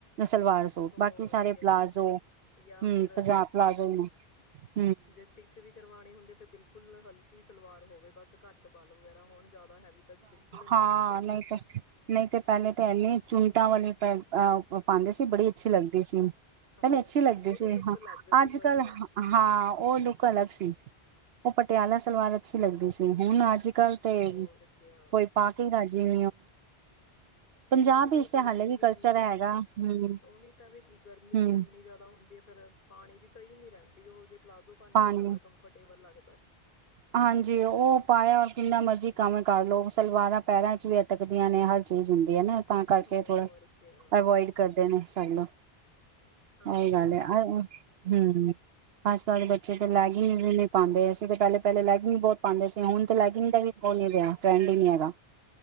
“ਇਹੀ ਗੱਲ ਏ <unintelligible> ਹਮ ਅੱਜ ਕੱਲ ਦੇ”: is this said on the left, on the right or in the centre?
Right